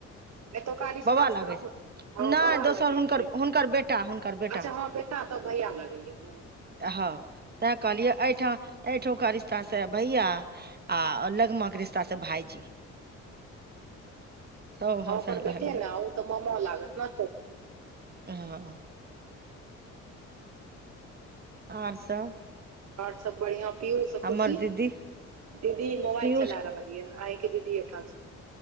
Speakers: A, on the right; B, on the right.
A: <inaudible>
B: एतुका रिश्तासँ
A: बाबा लागे
B: तऽ अपन
A: छै
B: हँ
A: नै
B: बाबा
A: दोसर
B: लागै
A: हुनकर
B: छै
A: हुनकर बेटा हुनकर बेटा
B: अच्छा हँ बेटा तब भैया लगैया है
A: हँ तैं कहलियै एहिठाम एहिठुका रिश्ता से भैया आ लगमा कऽ रिश्ता भायजी
B: <inaudible>
A: सभ
B: हँ
A: हँसय
B: ओकर बेटे
A: लागलै
B: न ओ तऽ मामा लागत नै
A: हऽ आर सब
B: और सब बढ़िआं पियुस आ
A: हमर
B: खुशी
A: दीदी
B: <inaudible> दीदी मोबाइल
A: पीयूष
B: चला रहल यऽ अही केँ दीदी यै ठाम छै